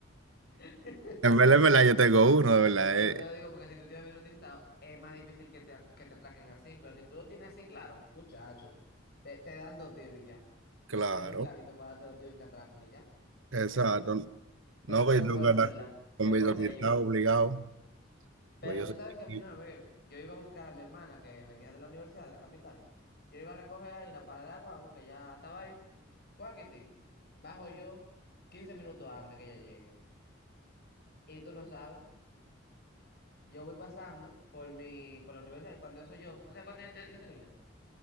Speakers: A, on the left (about 55°); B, on the right (about 75°).
A: <laughs>
B: En verdad, en verdad, yo tengo uno, de verdad,
A: Pero
B: eh,
A: te lo digo porque si tú tienes vidrio tintado, es más difícil que te, at- que te atraquen así. Pero si tú lo tienes así, claro, muchacho, te, te dan dos tiros y ya.
B: claro,
A: Te ve clarito para darte los tiros y te atracan y ya. Te-
B: exacto.
A: Se quedan todo. Pero
B: No, que
A: qué
B: yo
A: bueno,
B: tengo que andar
A: en verdad, que
B: con mi
A: fue
B: doctorado
A: en ellos.
B: obligado,
A: Pero
B: pues yo
A: tú
B: soy
A: sabes
B: chiquito.
A: que a mí una vez, yo iba a buscar a mi hermana que venía de la universidad, de la capital. Yo iba a recoger ahí la parada de agua, agua que ya estaba ahí. Fue a Kitty. Bajo yo 15 minutos antes que ella llegue. Y tú no sabes, yo voy pasando por mi, por la universidad. y Cuando eso yo, ¿tú sabes cuánto yo, te- yo tenía?